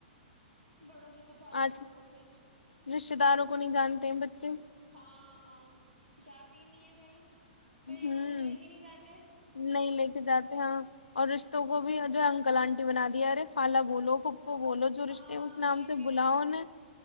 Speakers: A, on the right (about 70°); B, on the left (about 80°).
A: بڑوں کی تو بات ہی
B: آج
A: چھوڑو پھر
B: رشتے داروں کو نہیں جانتے ہیں بچے
A: ہاں جاتی ہی نہیں ہے <inaudible> پیرنٹ
B: ہوں
A: خود لے کے نہیں جاتے
B: نہیں لے کے جاتے ہاں اور رشتوں کو بھی جو ہے انکل آنٹی بنا دیا ارے خالا بولو بولو جو
A: ہاں
B: رشتے ہیں اس
A: یہ
B: نام سے
A: بھی
B: بلاؤ
A: ہے بس
B: انہیں